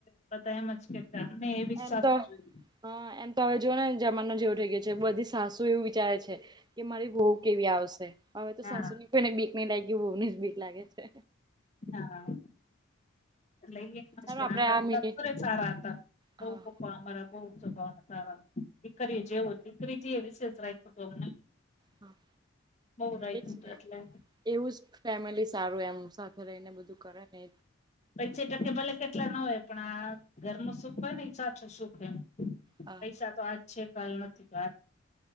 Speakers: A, on the left; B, on the right.
A: બધા એમજ કે કે અમને એવી
B: એમ
A: સાથેસ
B: તો
A: જોય.
B: હા એમ તો હવે જો નેને જમાનો જેવું થઈ ગયો છે બધી સાસુ એવું વિચારે છે. કે મારી બઉ કેવી આવશે હવે તો
A: હા
B: સાસુ ની કોઈને બીક નહી લાગય બહુ ને જ બીક લાગે છે.
A: ના ના. લઈ મુશ્કેલ
B: ચાલો આપડે
A: અમા
B: આ
A: સપુરે
B: મિનિટ
A: સારા હતા
B: હા
A: અમારા બહ ભ સારા દીકરી જેવો દીકરી છે એ વિશેષ રાખ્યું હતું અમને
B: હા.
A: બવ આયકું
B: એજ
A: તું
B: ને
A: એટલે
B: એવું જ ફેમિલી સારું એમ સાથે રહીને બધું કરે ને.
A: પૈચ ટકે ભલે કેટલા ના હોય પણ આ ઘર નું સુખ હોય ને એ સાચું સુખ એમ.
B: હા
A: પૈસા તો આજ છે કાલ નથી તો આ